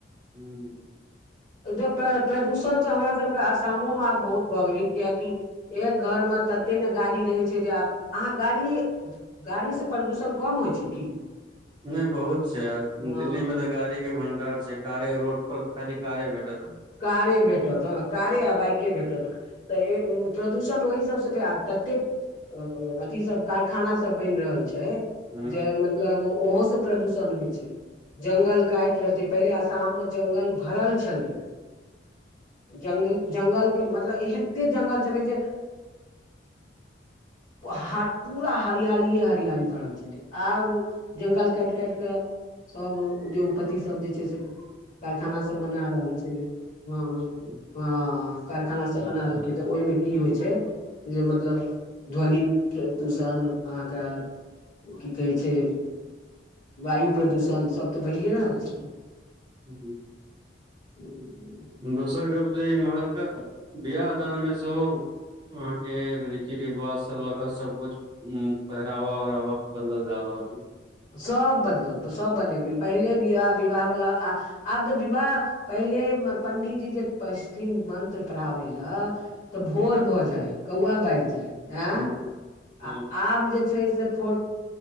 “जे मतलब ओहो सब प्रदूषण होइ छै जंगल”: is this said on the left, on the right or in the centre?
Left